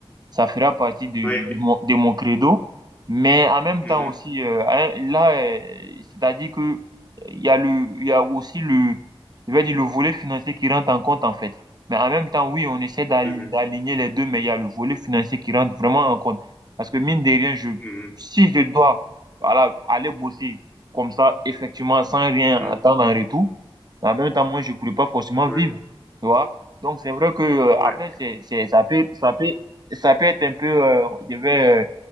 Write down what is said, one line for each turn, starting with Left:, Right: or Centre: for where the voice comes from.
Right: ça fera partie de, de
Left: Oui.
Right: mon, de mon credo. Mais en même
Left: Mhm.
Right: temps aussi, euh, hein, là, euh, c'est-à-dire que euh, il y a le, il y a aussi le, je vais dire le volet financier qui rentre en compte en fait. Mais en même temps, oui, on essaie d'al-
Left: Mhm.
Right: d'aligner les deux, mais il y a le volet financier qui rentre vraiment en compte. Parce que mine de rien, je,
Left: Mhm.
Right: si je dois, voilà, aller bosser comme ça, effectivement, sans rien attendre
Left: Mhm.
Right: en retour, en même temps, moi, je ne pourrais pas forcément
Left: Oui.
Right: vivre, tu vois. Donc, c'est vrai que euh,
Left: Ouais.
Right: après, c'est, c'est, ça peut, ça peut, ça peut être un peu, euh, je vais, euh,